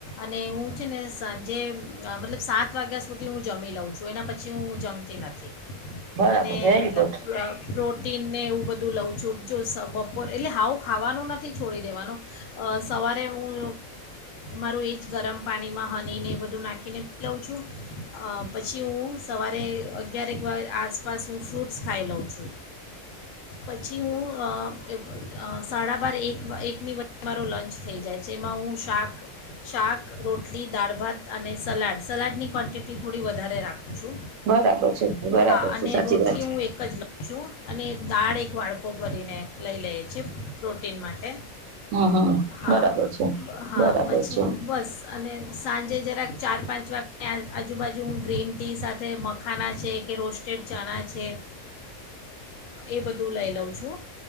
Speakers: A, on the left (about 65°); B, on the right (about 70°).
A: અને હું છે ને સાંજે મતલબ સાત વાગા સુધી હું જમી લઉં છું એના પછી હું જમતી નથી
B: બરાબર
A: અને
B: વેરી
A: મતલબ
B: ગુડ
A: પ્રોટીન ને એવું બ તો લઉં છું જો બપોર એટલે હાવું ખાવાનું નથી છોડી દેવાનું સવારે હું મારું એ જ ગરમ પાણીમાં હનીને એ બધું નાખીને પી લઉં છું પછી હું સવારે અગિયાર એક વા આસપાસ હું ફ્રૂટ્સ ખાઈ લઉં છું પછી હું સાડા બાર એક એકની વ મારો લંચ થઈ જાય છે એમાં હું શાક શાક રોટલી દાળ ભાત અને સલાડ સલાડની ક્વન્ટિટી તે થોડી વધારે રા છું
B: બરાબર છે બરાબર
A: હા અને
B: છે સાચી
A: રોટલી
B: વાત છે
A: હું એક જ લવ છું અને દાળ એક વાડકો ભરીને લઈ લઈએ છીએ પ્રોટીન માટે
B: હમ હમ
A: હા
B: બરાબર છે
A: હા
B: બરાબર
A: પછી
B: છે
A: બસ અને સાંજે જરાક ચાર પાંચ વાગત આજુબાજુ હું ગ્રીન ટી સાથે મખાના છે કે રોસ્ટેડ ચણા છે એ બધું લઈ લઉં છું